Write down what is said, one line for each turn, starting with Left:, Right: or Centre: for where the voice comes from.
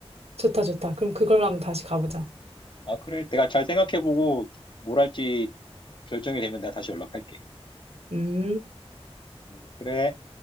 Right: 좋다, 좋다. 그럼 그걸로 한번 다시 가보자.
Left: 아, 그래. 내가 잘 생각해보고 뭘 할지 결정이 되면 내가 다시 연락할게.
Right: 음.
Left: 음, 그래.